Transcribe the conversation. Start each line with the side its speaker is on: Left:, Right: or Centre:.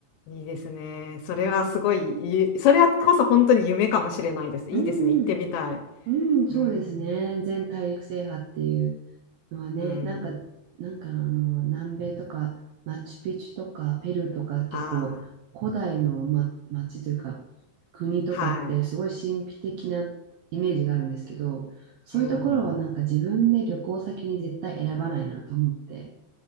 Left: いいですね。それはすごい、
Right: うん、
Left: いいそれはこそ本当に夢かもしれないです。
Right: うん、
Left: いいですね、行ってみたい。
Right: うん。うん、そうですね。
Left: うん、
Right: 全大陸制覇っていうのはね、
Left: うん、
Right: なんか、なんかあの、南米とか、マチュピチュとか、ペルーとか、結構、
Left: あ
Right: 古代の、ま、町というか、国とかって、
Left: あはい、
Right: すごい神秘的なイメージがあるんですけど、そういうところはなんか自分で旅行先に絶対選ばないなと思って、
Left: うん。